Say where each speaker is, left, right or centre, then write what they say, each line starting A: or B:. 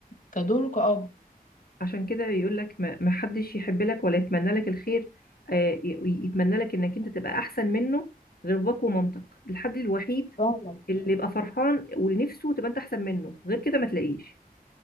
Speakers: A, on the left (about 55°); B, on the left (about 70°).
A: كدوره كأب
B: عشان كده يقول لك ما ما حدش يحب لك ولا يتمنى لك الخير آه، ي- يتمنى لك انك انت تبقى احسن منه غير باباك ومامتك الحد الوحيد
A: فاهمة
B: اللي يبقى فرحان ونفسه تبقى انت احسن منه غير كده ما تلاقيش